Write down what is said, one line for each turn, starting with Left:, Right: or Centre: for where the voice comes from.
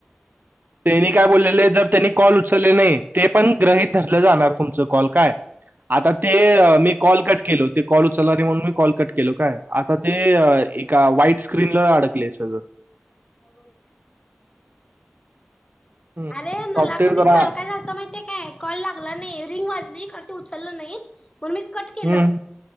Right: त्यांनी काय बोललेलं आहे जर त्यांनी कॉल उचलले नाही ते पण गृहीत ठरलं जाणार तुमचं कॉल काय आता ते मी कॉल कट केल ते कॉल उचलला रे म्हणून मी कॉल कट केलो काय आता ते एका वा्हाईट स्क्रीनला अडकलय सगळं
Left: अगप अरे
Right: सॉफ्टवेअर
Left: मला का
Right: जरा
Left: काल काय झालत माहि काय कॉल लागला नाही रिंग वाजली उचलला नाही पण मी कट केलं
Right: हम्म,